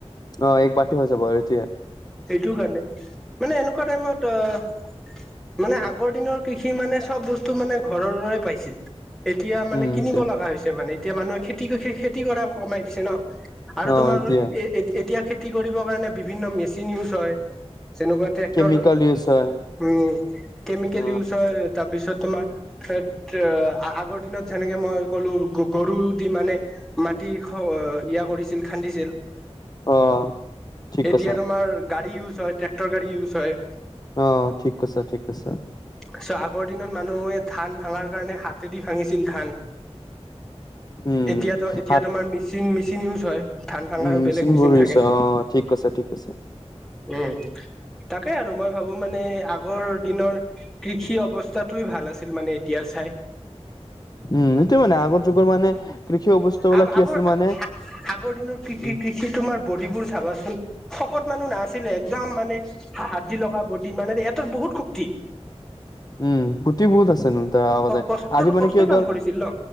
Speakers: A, on the left; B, in the centre.
A: অ', এক বাটি হৈ যাব তেতিয়া।
B: এইটো কাৰণে, মানে এনেকুৱা টাইমত অ' মানে আগৰ দিনৰ কৃষি মানে চব বস্তু মানে ঘৰৰে পাইছিল। এতিয়া মানে
A: উম
B: কিনিব
A: এতিয়া
B: লগা হৈছে মানে, এতিয়া মানুহে খেতি খেতি কৰা কমাই দিছে ন। আৰু
A: অ
B: তোমাৰ
A: এতিয়া
B: এতিয়া খেতি কৰিবৰ কাৰণে বিভিন্ন মেচিন ইউজ হয়। যেনেকুৱা ট্ৰেক্টৰ
A: কেমিকেল ইউজ হয়
B: উ কেমিকেল
A: অ
B: ইউছ হয়। তাৰপিছত তোমাৰ ত' আগৰ দিনত যেনেকে মই ক'লো গৰু দি মানে মাটি ইয়া কৰিছিল খান্দিছিল।
A: অঁ, ঠিক
B: এতিয়া
A: কৈছা।
B: তোমাৰ গাড়ী ইউজ হয় ট্ৰেক্টৰ গাড়ী ইউজ হয়।
A: অ', ঠিক কৈছা ঠিক কৈছা।
B: চ' আগৰ দিনত মানুহে ধান ভাঙাৰ কাৰণে হাতেদি ভাঙিছিল ধান।
A: উম
B: এতিয়া তো এতিয়া
A: হাত
B: তোমাৰ মেচিন মেচিন ইউজ হয়। ধান ভাঙাৰো
A: উম, মেচিন
B: বেলেগ
A: বোৰ
B: থাকে
A: ইউজ হয়, অ ঠিক কৈছা ঠিক কৈছা।
B: উম, তাকে আৰু মই ভাবো মানে আগৰ দিনৰ কৃষি অৱস্থাতোয়ে ভাল আছিল মানে এতিয়া চাই।
A: উম, সেইটোয় মানে আগৰ যুগৰ মানে কৃষি অৱস্থাবিলাক
B: আগ
A: কি
B: আগৰ
A: আছিল মানে
B: আগৰ দিনৰ কৃ
A: উম
B: কৃষি তোমাৰ বডিবোৰ চাবাচোন। শকত মানুহ নাছিলে একদম মানে হাড়ি লগা বদি মানে এটা বহুত শক্তি।
A: উম শক্তি বহুত আছে ন তাৰ আগতে
B: কষ্টৰ
A: আজি মানে
B: কষ্টৰ
A: কি হৈ
B: কাম
A: গ'ল
B: কৰিছিল ন